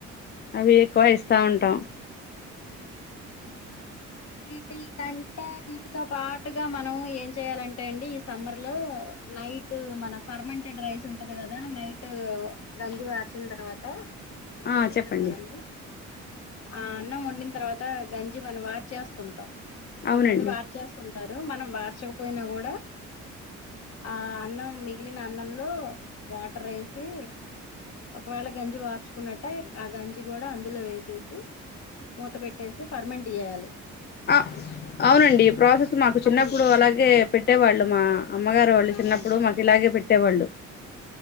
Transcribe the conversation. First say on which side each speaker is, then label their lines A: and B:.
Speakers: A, on the left; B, on the left.
A: అవి ఎక్కువ ఇస్తా ఉంటాం.
B: వీటి కంటే వీటితో పాటుగా మనం ఏం చేయాలంట అండి ఈ సమ్మర్ లో నైట్ మన ఫర్మంటెడ్ రైస్ ఉంటది కదా నైట్ గంజి వార్చిన తర్వాత. అన్నం
A: ఆ
B: వండుతాం
A: చెప్పండి.
B: కదండి ఆ అన్నం ఒండినా తర్వాత గంజి మనం వాచ్ చేస్తుంటాం. కొంతమంది
A: అవునండి
B: వార్ చేసుకుంట్ మనం వార్చకపోయినా కూడా ఆ అన్నం మిగిలిన అన్నంలో వాటర్ వేసి ఒకవేళ గంజి వార్చుకున్నట్టే ఆ గంజి కూడా అందులో వేసేసి. సి. మూత పెట్టేసి. అంటే పర్మంట్ చేయాలె.
A: ఆ అవునండి ఈ ప్రాసెస్ మాకు చిన్నప్పుడు
B: ఫర్
A: అలాగే పెట్టేవాళ్ళు మా అమ్మగారు వాళ్ళు
B: ఆ
A: చిన్నప్పుడు మాకు ఇలాగే పె. కుట్టె వళ్ళు.